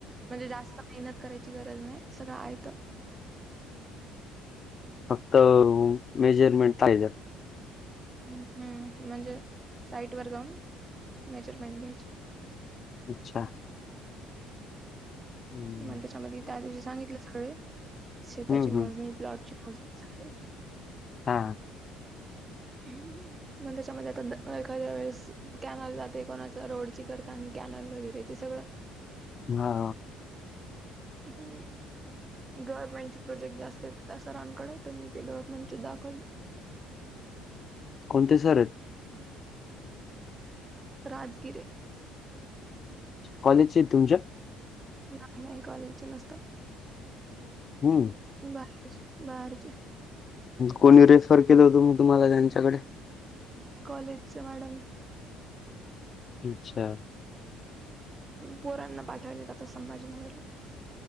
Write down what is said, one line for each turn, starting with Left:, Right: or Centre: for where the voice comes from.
Right: म्हणजे जास्त मेहनत करायची गरज नाही सगळं आहे तर.
Left: फक्त मेजरमेंटचे हेज्यात.
Right: हम्म म्हणजे साईड वर जाऊन मेजरमेंट घ्यायचे.
Left: अच्छा. हम्म
Right: मंग त्याच्यामध्ये त्या दिवशी सांगितले सगळे शेताची
Left: हम्म
Right: मोजणी,
Left: हम्म.
Right: प्लॉटची मोजणी सगळे
Left: हा.
Right: हम्म हम्म. मग त्याच्यामध्ये आता द एखाद्या वेळेस कॅनल जाते कोणाचा रोडची करता आणि कॅनल वगैरे ते सगळं
Left: हा
Right: हम्म. गव्हर्नमेंटचे प्रोजेक्ट जास्त आहेत सरांकडं त्यांनी ते गव्हर्नमेंटचे दाखवले.
Left: कोणते सर आहेत?
Right: राजगिरे
Left: कॉलेजची तुमच्या
Right: नाही-नाही कॉलेजचे नसतात.
Left: हम्म.
Right: बाकीचे बाहेरचे
Left: कोणी रेफर केलं होतं मग तुम्हाला त्यांच्याकडे?
Right: कॉलेजच्या मॅडम
Left: ईच्छा
Right: पोरांना पाठवावले आता संभाजीनगरला